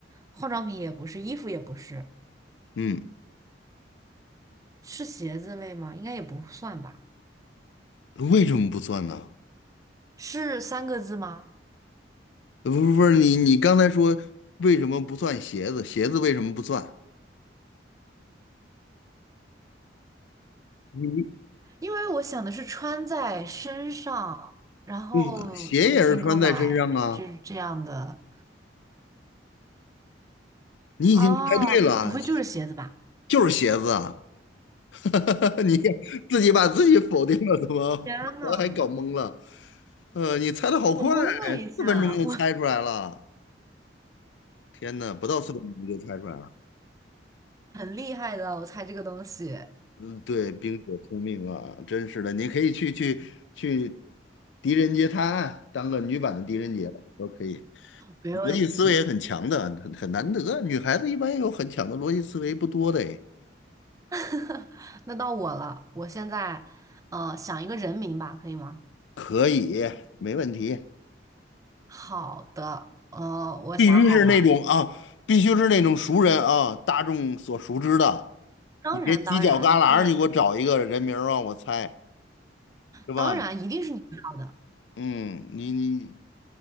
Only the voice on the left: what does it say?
嗯，
为什么不算呢？
呃不不是你你刚才说为什么不算鞋子？鞋子为什么不算？你
对呀鞋也是穿在身上啊，你已经猜对了，
就是鞋子啊，<laughs> 你自己把自己否定了，怎么
<laughs> 我还搞懵了？呃，你猜的好快，
四分钟就猜出来了，
天哪，不到四分钟你就猜出来了。
嗯，对，冰雪聪明啊，真是的，你可以去去去狄仁杰探案，当个女版的狄仁杰都可以。
逻辑思维也很强的，很很难得，女孩子一般有很强的逻辑思维不多的诶，
可以，没问题，
必须是那种啊，必须是那种熟人啊，大众所熟知的，
你别犄角旮旯儿你给我找一个人名儿让我猜，
是吧？
嗯，你你，